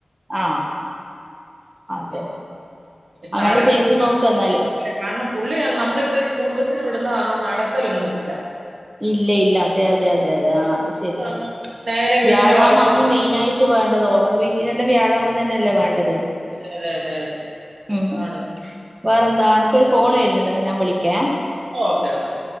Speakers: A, on the right; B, on the right.
A: ആഹ്
B: പറഞ്ഞു
A: അതെ
B: പിന്നെ
A: അങ്ങനെ
B: നടക്ക
A: ചെയ്തു നോക്കാന്നാല്
B: നടക്കത്തില്ല കാരണം പുള്ളി നമ്മളിപ്പ ഈ സ്കൂൾ ബസ്സിന് വിടുന്ന കാരണം നടക്കലൊന്നുല്ല
A: ഇല്ല ഇല്ല അതെ അതെ അതെ അതെ ആ അത് ശരിയാ
B: കാരണം നേരെ വീടിന്റെ
A: വ്യാഴാമാന്ന്
B: വാതുക്ക വന്ന്
A: മെയിന ആയിട്ട് റ്റ് വേണ്ടത് ഓവർവയിറ്റ് ഇതിതെന്താ വ്യാഴാം തന്നെല്ലേ വേണ്ടത്
B: അതെ അതെ അതെ അതെ
A: ഉം
B: ആണ്
A: വേറെന്താ അനക്കൊരു ഫോൺ വരുന്നുണ്ട ന്ന ഞാൻ വിളിക്കെ
B: ഓക്കെ ഓക്കെ